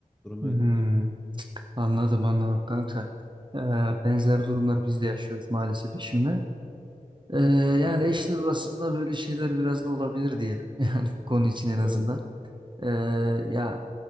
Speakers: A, in the centre; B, on the right.
A: Durum
B: Hmm,
A: öyle.
B: anladım anladım kanka. Ee, benzer durumlar biz de yaşıyoruz maalesef işimle. Ee,
A: Hı
B: yani
A: hı.
B: eşler arasında böyle şeyler biraz da olabilir diyelim. <laughs> Yani bu konu için en
A: Evet.
B: azından. Ee, ya